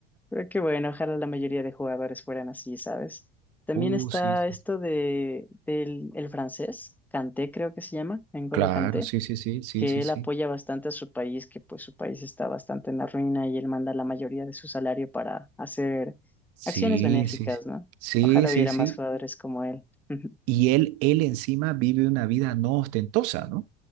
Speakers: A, in the centre; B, on the right.
A: Pero qué bueno, ojalá la mayoría de jugadores fueran así, ¿sabes? También
B: Uh,
A: está
B: sí, sí,
A: esto
B: sí.
A: de, del el francés, Kanté creo que se llama, N'Golo
B: Claro,
A: Kanté,
B: sí, sí, sí, sí,
A: que
B: sí, sí.
A: él apoya bastante a su país, que pues su país está bastante en la ruina y él manda la mayoría de su salario para hacer
B: Sí,
A: acciones benéficas,
B: sí, sí,
A: ¿no? Ojalá
B: sí, sí,
A: hubiera
B: sí.
A: más jugadores como él. <laughs>
B: Y él, él encima vive una vida no ostentosa, ¿no?